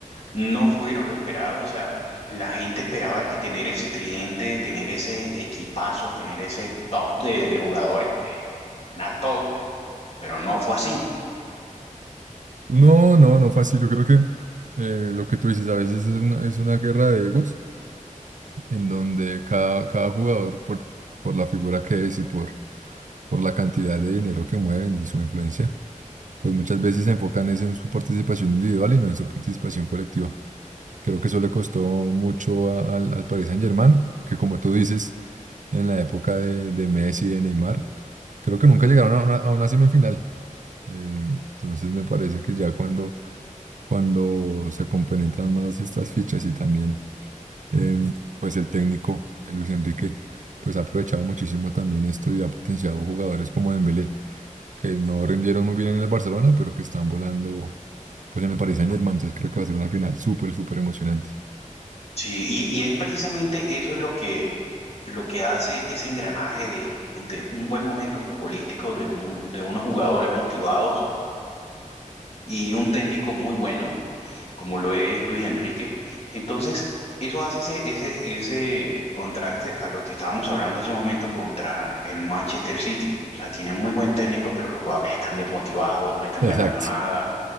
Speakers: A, on the left; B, on the right.
A: no fueron lo esperado, o sea, la gente esperaba que tener ese tridente, tener ese equipazo, tener ese top de, de jugadores, ganar todo, pero no fue así.
B: No, no, no fácil. Yo creo que eh, lo que tú dices a veces es una, es una guerra de egos en donde cada, cada jugador, por, por la figura que es y por, por la cantidad de dinero que mueven y su influencia, pues muchas veces se enfocan es en su participación individual y no en su participación colectiva. Creo que eso le costó mucho a- al, al Paris Saint-Germain, que como tú dices, en la época de, de Messi y de Neymar, creo que nunca llegaron a una, a una semifinal. Eh, entonces me parece que ya cuando, cuando se compenetran más estas fichas y también em, pues el técnico, eh, Luis Enrique, pues ha aprovechado muchísimo también esto y ha potenciado jugadores como Dembélé, que no rindieron muy bien en el Barcelona, pero que están volando pues en el Paris Saint-Germain, entonces creo que va a ser una final súper, súper emocionante.
A: Sí, y, y es precisamente eso es lo que lo que hace ese engranaje de, de un buen momento futbolístico, de, un, de unos jugadores motivados y un técnico muy bueno, como lo es Luis Enrique. Entonces, eso hace ese, ese, ese contraste a lo que estábamos hablando hace un momento contra el Manchester City. O sea, tienen muy buen técnico, pero los jugadores están desmotivados, no están
B: Exacto,
A: ganando nada